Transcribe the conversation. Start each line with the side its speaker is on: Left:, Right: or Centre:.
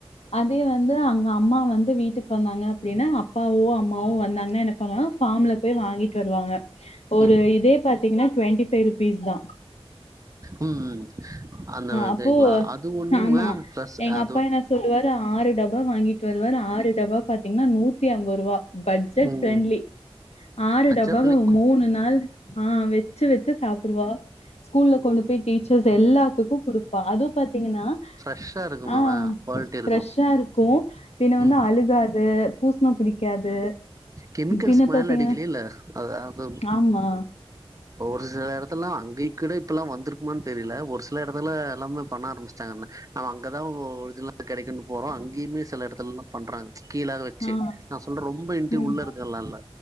Left: அதே வந்து அங்க அம்மா வந் ந்து வீட்டுக்கு வந்தாங்க அப்டின்னா அப்பாவோ அம்மாவோ வந்தாங்கன்னா என்ன பண்ணுவாங்க ஃபார்ம்ல போய் வாங்கிட்டு வருவாங்க ஒரு
Right: ம் ம்
Left: இதே பாத்தீங்ன்னா டொண்டி ஃபைவ் ருபீஸ் தா
Right: உம் உம் அந்த
Left: அப்போ
Right: தேங்களா அது ஒண்ணு
Left: ஆமா
Right: மேம் ஃப்ளஸ்
Left: எங்க
Right: அது
Left: அப்பா என்ன சொல்லுவாரு ஆறு டப்பா வாங்கிட்டு வருவார் ஆறு டப்பா பாத்திங்ன்னா நூத்தி அம்ப ருவா பட்ஜெட்
Right: ம்
Left: ப்ரெண்ட்லி ஆறு
Right: பச்ச
Left: டப்பாவ
Right: புள்ளைக்கு
Left: மூணு நாள் ஆ வெச்சு வெச்சு சாப்புடுவா ஸ்கூல்ல கொண்டு போய் டீச்சர்ஸ் எல்லாத்துக்கு குடுப்பா அதுவு பாத்தீங்கன்னா
Right: ஃப்ரெஷ்ஷா இருக்குமாமா
Left: ஆ
Right: குவாலிட்டி
Left: ஃப்ரஸ்ஷா இருக்கு பின்ன வந்து
Right: ம்
Left: அழுக் காது பூஸ்ணோ புடிக்காது
Right: கெமிக்கல்ஸ்
Left: பின்ன
Right: மேல
Left: பாத்தீங்கன்னா
Right: அடிக்லேல அது அதாவ்
Left: ஆமா
Right: ஒரு சில எடத்துலல்லா அங்கயாக்கூட இப்ப எல்லா வந்திருக்குமான்னு தெரில ஒரு சில எடத்துல எல்லாமே பண்ண ஆரம்பிச்சிட்டாங்கன்ன நம்ம அங்கதா ஒரிஜினலா கெடைக்குன்னு போறோ அங்கயுமே சில எடத்துல எல்லா பண்றாங்க கீழாக வெ ச்சி
Left: ஆ
Right: நா சொல்ற ரொம்ப இன்டி
Left: ம்
Right: உள்ள இருக்கலா இல்ல